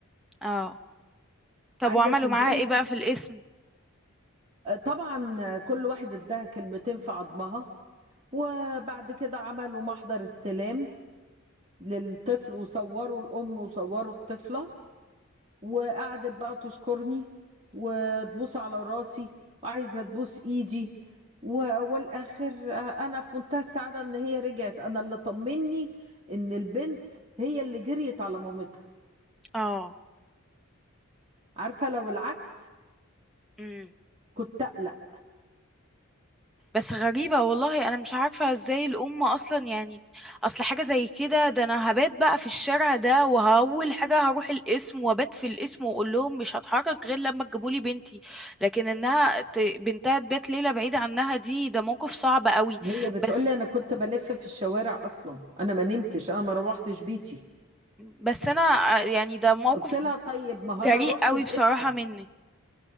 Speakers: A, in the centre; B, on the right.
A: اه طب
B: عايزه
A: وعملوا
B: تنزلي
A: معاها إيه بقى في الاسم
B: طبعا كل واحد اداها كلمتين في عظمها وبعد كده عملوا محضر استلام للطفل وصوروا الأم وصوروا الطفلة وقعدت بقى تشكرني وتبوس على راسي وعايزة تبوس إيدي و- والآخر أنا في منتهى السعادة إن هي رجعت أنا اللي طمني إن البنت هي اللي جريت على مامتها
A: اه
B: عارفة لو العكس
A: إمم.
B: كنت أقلق
A: بس غريبة والله أنا مش عارفة ازاي الأم أصلا يعني أصل حاجة زي كده ده أنا هبات بقى في الشارع ده وأول حاجة هروح القسم وأبات في القسم وأقول لهم مش هتحرك غير لما تجيبولي بنتي لكن إنها ت... بنتها تبات ليلة بعيدة عنها دي ده موقف صعب قوي
B: هي بتقولي
A: بس
B: انا كنت بلف في الشوارع اصلا انا ما نمتش انا ما روحتش بيتي
A: بس أنا آه، يعني ده موقف
B: قلت لها طيب ما هو انا
A: جريء
B: رحت
A: قوي
B: القسم
A: بصراحة منك